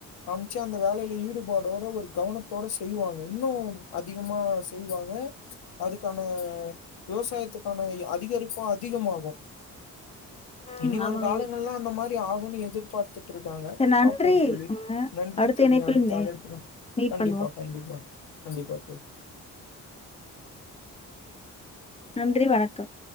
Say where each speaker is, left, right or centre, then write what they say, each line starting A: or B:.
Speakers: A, on the left; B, on the left.
A: அம்ச்சு அந்த வேலயில ஈடுபாடோட ஒரு கவனத்தோட செய்வாங்க இன்னும் அதிகமா செய்வாங்க அதுக்கான விவசாயத்துக்கான அ திகரிப்பு அதிகமாகு இனி
B: ம். ஆமா.
A: வருங்காலங்கள்லா அந்த மாரி ஆகுனு எதிர் பா த்துட்ருக்காங்க
B: சரி நன்றி.
A: பாப்போம் தோழி
B: ங்க.
A: நன்றி
B: அடுத்த
A: தோழி
B: இணைப்பில்
A: அடுத்த
B: மே
A: அழைப்புல
B: மீட்
A: கண்டிப்பா
B: பண்ணுவோம்.
A: கண்டிப்பா கண்டிப்பா தோழி
B: நன்றி வணக்கம்